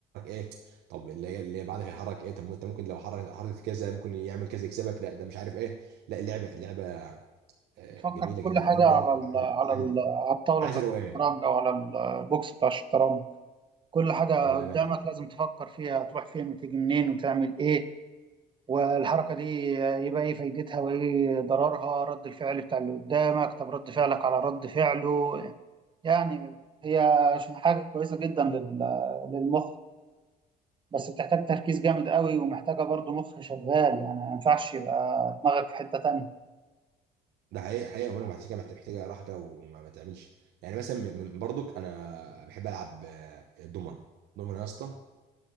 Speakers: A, on the right (about 75°); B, on the right (about 30°).
A: ايه طب اللي هي اللي بعدك هيحرك ايه طب ما انت ممكن لو حرك حركت كذا ممكن يعمل كذا يكسبك لا ده مش عارف ايه لا اللعبه اللعبه آه،
B: تفكر
A: جميله
B: في كل
A: جميله
B: حاجة
A: جدا
B: على
A: وعايز
B: ال... على
A: عايز
B: ال... على الطاولة
A: عايز
B: بتاعت
A: روقان
B: الشطرنج او على البوكس بتاع الشطرنج كل حاجة
A: اه بامانه
B: قدامك لازم تفكر فيها تروح فين وتيجي منين وتعمل ايه والحركة دي يبقى ايه فايدتها وايه ضررها رد الفعل بتاع اللي قدامك طب رد فعلك على رد فعله يعني هي ش- حاجة كويسة جدا لل- للمخ بس بتحتاج تركيز جامد قوي ومحتاجة برضو مخ شغال يعني ما ينفعش يبقى دماغك في حتة تانية
A: ده حقيقة حقيقة وانا عشان كده محت- محتاجة راحة كده وما ما تعملش يعني مثلا من من برضك انا بحب العب آه، الدومنة الدومنة يا اسطى